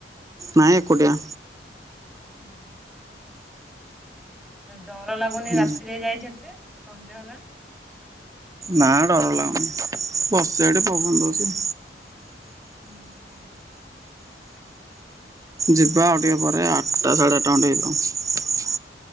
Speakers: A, on the right; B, in the centre.
A: ନାଇ ଏକୁଟିଆ।
B: ହୁଁ। ଡର ଲାଗୁନି
A: ହୁଁ
B: ରାତିରେ ଯାଇଛ ଏତେ ସନ୍ଧ୍ୟା ହେଲାଣି।
A: ନା ଡର ଲାଗୁନି ବସିଛି ଏଠି ପବନ ଦଉଛି।
B: ହୁଁ ହୁଁ।
A: ଯିବା ଆଉ ଟିକେ ପରେ ଆଟା ସାଢ଼େ ଆଟା ଖଣ୍ଡେ ହେଇଯାଉ।